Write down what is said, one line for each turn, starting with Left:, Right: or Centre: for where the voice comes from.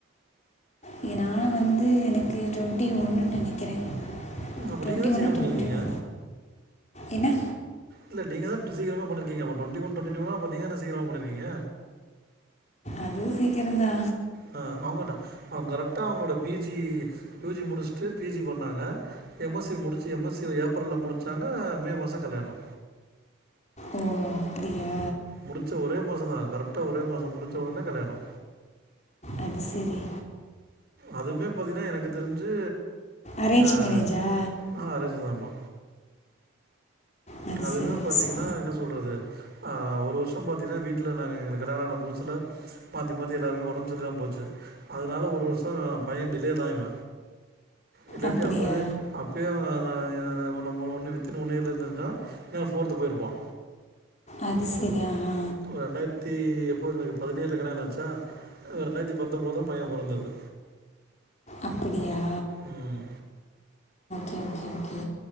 Left: இங்க நா வந்து எனக்கு ட்வொண்ட்டி ஒன்னுன் நெனைக்கிறே
Right: ம். அப்ப
Left: ட்வொன்ட்டி
Right: நீங்க தான்
Left: ஒன்னா
Right: சீக்கிரம்
Left: ட்வொன்ட்டிட்
Right: பண்ணியிருக்கீங்க.
Left: என்னா
Right: இல்ல நீங்க தா சீக்ரம பண்ணிருக்கிங்க அப்ப ட்வொண்டி ஒன் ட்வொண்டி டூ னா அப்ப நீங் தான சீக்ரமா பண்ணிருக்கிங்க
Left: அதுவு சீக்கிரந் தா
Right: அ அவுங்கதா அவுங்க கரெக்ட்டா அவுங்ளோட பி ஜி யூ ஜி முடிஷ்ட்டு பி ஜி பண்ணாங்க எம் எஸ் சி முடிச்சு எம் எஸ் சி ஏப்ரல்ல முடிச்சாங்க மே மாச கல்யாணோ
Left: ஓ அப்டியா
Right: முடிச்ச ஒரே மாசந்தா கரெக்டா ஒரே மாச முடிச்ச உனே கல்யாணோ
Left: அது செரி
Right: அதுமே பாத்தீங்கன்னா எனக்கு தெரிஞ்சு
Left: அரேஞ்ச்
Right: ஆ
Left: மேரேஜா
Right: அ அரேஞ்சு தாம்மா
Left: அது
Right: அதுவே
Left: சரி
Right: பாத்தீங்கன்னா
Left: சு-
Right: என்ன சொல்றது ஒரு வர்ஷோ பாத்தீங்கன்னா வீட் ல நாங்க எங்களுக்கு கல்யாணான புதுசுல மாத்தி மாத்தி எல்லாருமே உடம்பு செ ரி இல்லாம போச்சு அதனால ஒரு வர்ஷோ ஆ பைய டிலேதா இவ இல்லாட்டி
Left: அப்படியா
Right: அப்பவே அப்பயே அவ அவ ஆ நம்ம ஒன்னு வித்துன்னு ஒன்னே இருந்துருந்தா இந்நேரோ ஃபோர்த் போயிருப்பா
Left: அது செரி ஆனா
Right: ஒரு ரெண்டாயிரத்தி எப்போது எங்களுக்கு பதினேழ்ல கல்யணா ஆச்சா ரெண்டாயிரத்தி பத்தொம்பதுதா பைய பொறந்தது
Left: அப்டியா
Right: ம்
Left: ஒகே ஒகே